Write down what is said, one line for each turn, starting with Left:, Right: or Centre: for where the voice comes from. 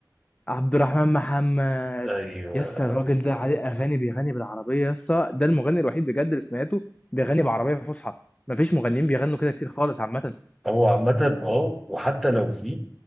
Left: عبد الرحمن محمد
Centre: ايوه
Left: يا اسطى الراجل ده عليه اغاني بيغني بالعربيه يا اسطى ده المغني الوحيد بجد اللي سمعته بيغني بعربيه فصحى مفيش مغنيين بيغنوا كده كتير خالص عامه
Centre: <clears throat> هو عامه اه وحتى لو في